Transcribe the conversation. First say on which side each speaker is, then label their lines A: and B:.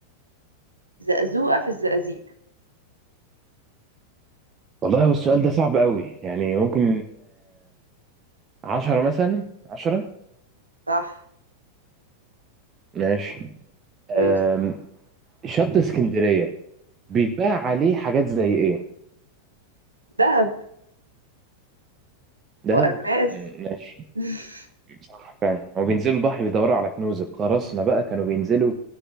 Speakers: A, on the right; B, on the right.
A: زقزوقه في الزقازيق
B: والله هو السؤال ده صعب قوي يعني ممكن عشرة مثلا عشرة
A: صح
B: ماشي أم،
A: ماشي
B: شط اسكندرية بيتباع عليه حاجات زي ايه
A: ذهب
B: دهب
A: والماس
B: م- ماشي
A: <laughs>
B: صح فعلا هو بينزلوا البحر بيدوروا على كنوز القراصنة بقى كانوا بينزلوا